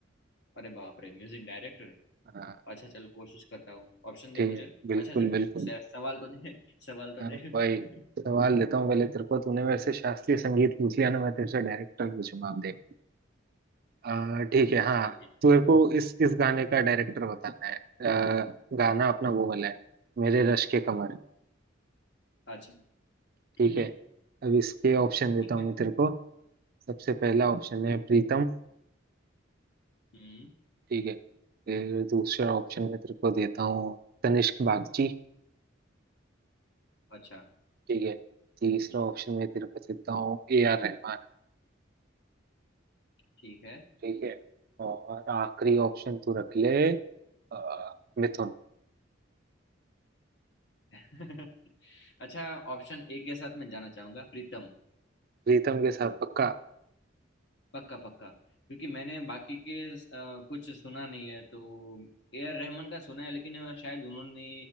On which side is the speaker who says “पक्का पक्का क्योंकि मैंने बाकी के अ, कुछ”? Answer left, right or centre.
Left